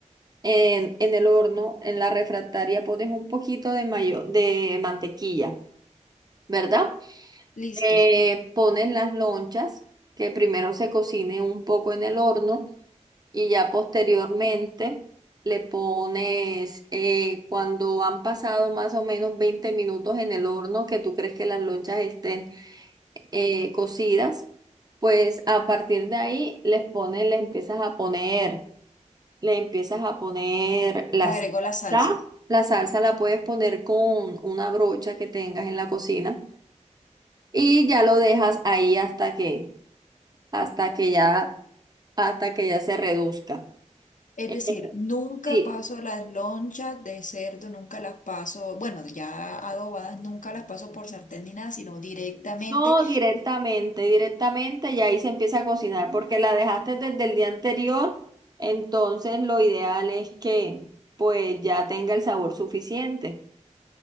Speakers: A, on the right (about 30°); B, on the left (about 85°).
A: en, en el horno, en la refractaria, pones un poquito de mayo, de mantequilla, ¿verdad?
B: listo.
A: Eh, pones las lonchas, que primero se cocine un poco en el horno y ya posteriormente le pones, eh, cuando han pasado más o menos 20 minutos en el horno, que tú crees que las lonchas estén eh, cocidas, pues a partir de ahí les pones, le empiezas a poner. Le empiezas a poner la
B: Le agrego
A: salsa.
B: la salsa.
A: La salsa la puedes poner con una brocha que tengas en la cocina y ya lo dejas ahí hasta que, hasta que ya, hasta que ya se reduzca.
B: Es
A: Eh,
B: decir, nunca
A: Sí,
B: paso las lonchas de cerdo, nunca las paso, bueno, ya adobadas, nunca las paso por sartén ni nada, sino directamente,
A: no directamente, directamente y ahí se empieza a cocinar porque la dejaste desde el día anterior, entonces lo ideal es que pues ya tenga el sabor suficiente,